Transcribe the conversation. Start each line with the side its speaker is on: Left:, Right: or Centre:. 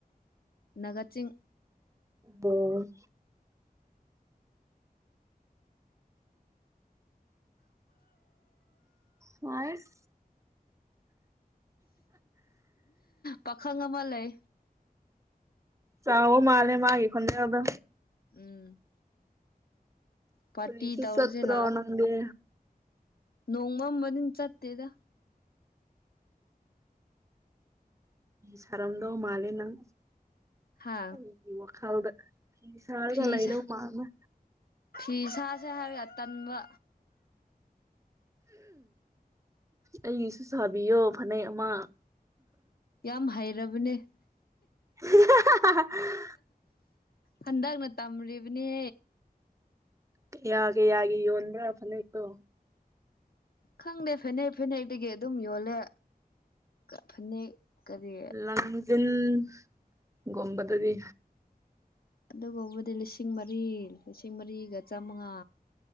Left: ꯅꯒꯥ ꯆꯤꯡ
Right: ꯑꯣ ꯋꯥꯏ <inaudible>
Left: ꯄꯥꯈꯪ ꯑꯃ ꯂꯩ
Right: ꯆꯎ ꯃꯥꯂꯦ ꯃꯥꯒꯤ ꯈꯣꯟꯖꯦꯟꯗꯣ
Left: ꯎꯝ ꯄꯥꯔꯇꯤ
Right: ꯀꯔꯤꯁꯤ
Left: ꯇꯧꯔꯁꯦ
Right: ꯁꯠꯇ꯭ꯔꯣ
Left: ꯂꯥꯛꯑꯣ
Right: ꯅꯪꯗꯤ
Left: ꯅꯣꯡꯃꯝꯕꯅꯤꯅ ꯆꯠꯇꯦꯗ
Right: ꯁꯥꯔꯝꯗꯧ ꯃꯥꯜꯂꯦ ꯅꯪ
Left: ꯍꯥ
Right: ꯑꯩꯒꯤ ꯋꯥꯈꯜꯗ ꯁꯔꯥꯒ
Left: ꯐꯤ
Right: ꯂꯩꯗꯧ
Left: ꯁꯥ
Right: ꯃꯜꯂꯦ
Left: ꯐꯤ ꯁꯥꯁꯦ ꯇꯟꯕ
Right: ꯑꯩꯒꯤꯁꯨ ꯁꯥꯕꯤꯌꯣ ꯐꯅꯦꯛ ꯑꯃ
Left: ꯌꯥꯝ ꯍꯩꯔꯕꯅꯦ
Right: <unintelligible>
Left: ꯍꯟꯗꯛꯅ ꯇꯝꯔꯤꯕꯅꯦ
Right: ꯀꯌꯥ ꯀꯌꯥꯒꯤ ꯌꯣꯟꯕꯔꯥ ꯐꯅꯦꯛꯇꯣ
Left: ꯈꯪꯗꯦ ꯐꯅꯦꯛ ꯐꯅꯦꯛꯇꯒꯤ ꯑꯗꯨꯝ ꯌꯣꯜꯂꯦ ꯐꯅꯦꯛ ꯀꯔꯤ
Right: ꯂꯥꯡꯖꯤꯟꯒꯨꯝꯕꯗꯗꯤ
Left: ꯑꯗꯨꯒꯨꯝꯕꯗꯤ ꯂꯤꯁꯤꯡ ꯃꯔꯤ ꯂꯤꯁꯤꯡ ꯃꯔꯤꯒ ꯆꯥꯃꯉꯥ